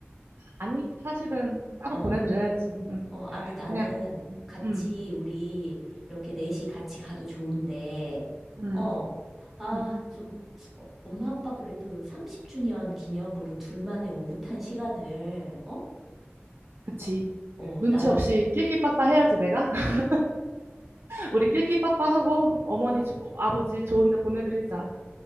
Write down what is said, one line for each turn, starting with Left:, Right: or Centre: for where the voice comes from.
Right: 아니, 사실은 따로
Centre: 어,
Right: 보내드려야지. 응.
Centre: 어, 아니, 나는
Right: 그냥,
Centre: 같이,
Right: 응,
Centre: 우리, 이렇게 넷이 같이 가도 좋은데,
Right: 응,
Centre: 어, 아,
Right: 응,
Centre: 좀, 어, 엄마 아빠 그래도 30주년 기념으로 둘만의 오붓한 시간을, 어?
Right: 그치.
Centre: 어,
Right: 눈치
Centre: 나름,
Right: 없이 낄낄빠빠 해야지, 내가. <laughs> 우리 낄낄빠빠 하고 어머니, 조- 아버지 좋은 데 보내드리자.